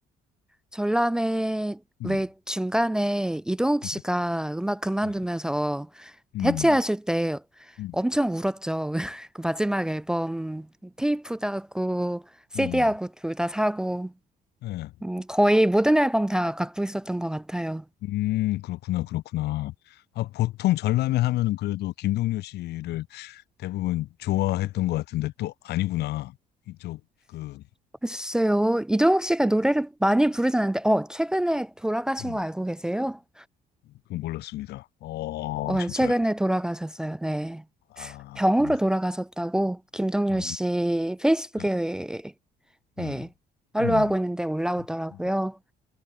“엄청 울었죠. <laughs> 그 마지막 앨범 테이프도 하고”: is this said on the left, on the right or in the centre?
Centre